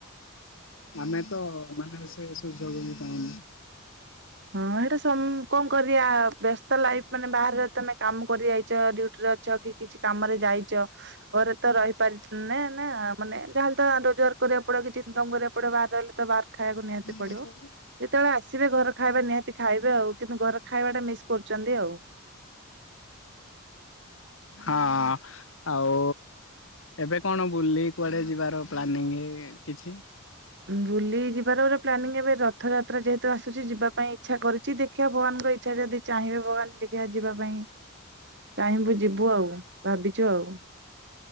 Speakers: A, on the left; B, on the right.
A: ଆମେ ତ ମାନେ ସେ ସୁଯୋଗ ହିଁ ପାଉନୁ।
B: ହଁ ଏଇଟା ସମ୍ କଣ କରିବା ବ୍ୟସ୍ତ ଲାଇଫ ମାନେ ବାହାରେ ତମେ କାମ କରି ଯାଇଛ ଡୁଟି ରେ ଅଛ କି କିଛି କାମରେ ଯାଇଛ ଘରେ ତ ରହିପାରିଛ ନା ମାନେ ଯାହେଲେ ତ ରୋଜୱାର କରିବାକୁ ପଡିବ କିଛି ଇନକମ କରିବାକୁ ପଡିବ ବାହାରେ ରହିଲେ ତ ବାହାର ଖାଇବାକୁ ନିହାତି।
A: <inaudible>
B: କେତେବେଳେ ଆସିବେ ଘର ଖାଇବା ନିହାତି ଖାଇବେ ଆଉ କିନ୍ତୁ ଘର ଖାଇବା ଟା ମିସ୍ କରୁଛନ୍ତି ଆଉ।
A: ହଁ ଆଉ ଏବେ କଣ ବୁଲି କୁଆଡେ ଯିବାର ପ୍ଲାନିଂ କିଛି
B: ବୁଲି ଯିବାର ଗୋଟେ ପ୍ଲାନିଂ ଏବେ ରଥଯାତ୍ରା ଯେହେତୁ ଆସୁଛି ଯିବା ପାଇଁ ଇଚ୍ଛା କରୁଛି ଦେଖିବା ଭଗବାନଙ୍କ ଇଚ୍ଛା ଯଦି ଚାହିଁବେ ଭଗବାନ ଦେଖିବା ଯିବା ପାଇଁ ଚାହିଁବୁ ଯିବୁ ଆଉ ଭାବିଛୁ ଆଉ।